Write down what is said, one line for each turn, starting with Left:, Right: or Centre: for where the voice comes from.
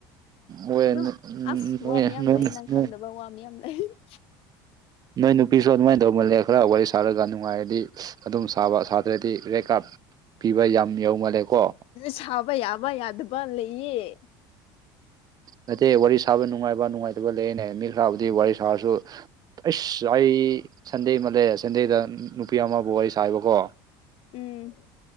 Right: ꯃꯣꯏ
Left: ꯑꯗꯨꯝ
Right: ꯅꯣꯏ
Left: ꯑꯁ ꯋꯥ ꯃꯌꯥꯝ
Right: ꯅꯣꯏ
Left: ꯂꯩ ꯅꯪ ꯈꯪꯗꯕ ꯋꯥ ꯃꯌꯥꯝ ꯂꯩ <unintelligible>
Right: ꯅꯣꯏ ꯅꯨꯄꯤꯁꯨ ꯑꯗꯨꯃꯥꯏ ꯗꯧꯃꯜꯂꯦ ꯈꯔ ꯋꯥꯔꯤ ꯁꯥꯔꯒ ꯅꯨꯡꯉꯥꯏꯔꯗꯤ ꯑꯗꯨꯝ ꯁꯥꯕ ꯁꯥꯇ꯭ꯔꯗꯤ ꯔꯦꯠ ꯀꯥꯔꯗ ꯄꯤꯕ ꯌꯥꯝ ꯌꯧꯃꯜꯂꯦꯀꯣ
Left: ꯁꯥꯕ ꯌꯥꯕ ꯌꯥꯗꯕ ꯂꯩꯌꯦ
Right: ꯅꯠꯇꯦ ꯋꯥꯔꯤ ꯁꯥꯕ ꯅꯨꯡꯉꯥꯏꯕ ꯅꯨꯡꯉꯥꯏꯇꯕ ꯂꯩꯌꯦꯅꯦ ꯃꯤ ꯈꯔꯕꯨꯗꯤ ꯋꯥꯔꯤ ꯁꯥꯔꯁꯨ ꯑꯩꯁ ꯑꯩ ꯁꯟꯗꯦ ꯑꯃꯜꯂꯦ ꯁꯟꯗꯦꯗ ꯅꯨꯄꯤ ꯑꯃꯕꯨ ꯋꯥꯔꯤ ꯁꯥꯏꯕꯀꯣ
Left: ꯎꯝ